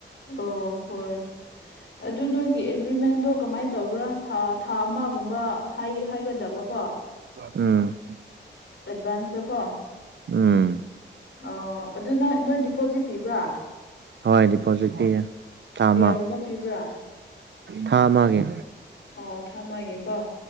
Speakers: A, on the left (about 80°); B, on the right (about 65°).
A: ꯑꯣ ꯍꯣꯏ ꯑꯗꯨ ꯅꯣꯏꯒꯤ ꯑꯦꯒ꯭ꯔꯤꯃꯦꯟꯗꯣ ꯀꯃꯥꯏ ꯇꯧꯕ꯭ꯔꯥ ꯊꯥ ꯊꯥ ꯑꯃꯒꯨꯝꯕ ꯍꯥꯏ ꯍꯥꯏꯒꯗꯕ ꯀꯣ
B: ꯎꯝ
A: ꯑꯦꯗꯚꯥꯟꯁꯗ ꯀꯣ
B: ꯎꯝ
A: ꯑꯣ ꯑꯗꯣ ꯅꯣꯏ ꯅꯣꯏ ꯗꯤꯄꯣꯖꯤꯠ ꯄꯤꯕ꯭ꯔꯥ
B: ꯍꯣꯏ ꯗꯤꯄꯣꯖꯤꯠ ꯄꯤꯌꯦ ꯊꯥ
A: ꯀꯌꯥꯒꯨꯝꯕ
B: ꯑꯃ
A: ꯄꯤꯕ꯭ꯔꯥ
B: ꯊꯥ ꯑꯃꯒꯤ
A: ꯑꯣ ꯊꯝꯃꯒꯦꯀꯣ